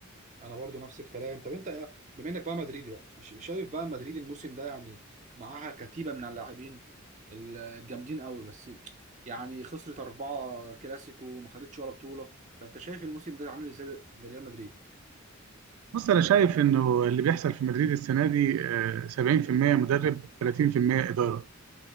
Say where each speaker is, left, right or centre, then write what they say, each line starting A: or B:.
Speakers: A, on the right; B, on the right.
A: انا برضو نفس الكلام طب انت بما انك بقى مدريدي بقى ش- شايف بقى مدريد الموسم ده يعني معاها كتيبة من اللاعبين الجامدين قوي بس يعني خسرت أربعة كلاسيكو وما خدتش ولا بطولة فانت شايف الموسم ده عامل ازاي لريال مدريد
B: بص انا شايف انه اللي بيحصل في مدريد السنه دي آه، 70% مدرب 30% اداره